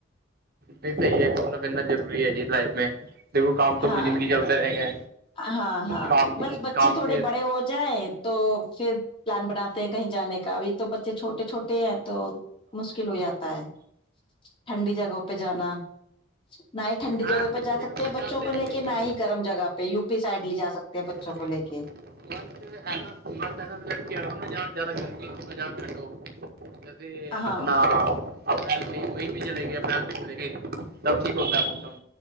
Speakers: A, on the right; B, on the left.
A: جی صحی ہے گھومنا پھرنا ضروری ہے جی لائف میں دیکھو کام تو
B: ہاں
A: پوری زندگی چلتے رہیں گے
B: ہاں ہاں
A: کام
B: بس بچے
A: کام
B: تھوڑے
A: کے
B: بڑے ہو جائیں تو پھر پلان بناتے ہیں کہیں جانے کا اھی تو بچے چھوٹے چھوٹے ہیں تو مشکل ہو جاتا ہے ٹھنڈی جگہوں پہ جانا نہ ہی ٹھنڈی
A: ہاں
B: جگہ
A: ٹھنڈی
B: پہ جا سکتے
A: پر
B: ہیں بچوں
A: جاتے
B: کو لے
A: نہیں،
B: کے نہ ہی گرم جگہ پہ بھی سائڈ لے ج سکتے ہیں بچوں
A: ارے
B: کو لے کے
A: منتھ ہے نا منتھسا لڑکیا یا زیادہ گرمی ہو یا ٹھنڈ ہو جس
B: ہاں
A: اپنا اپریل میں مئی میں چلے گی اپریل میں چلیں گئے تب ٹھیک ہوتا ہے موسم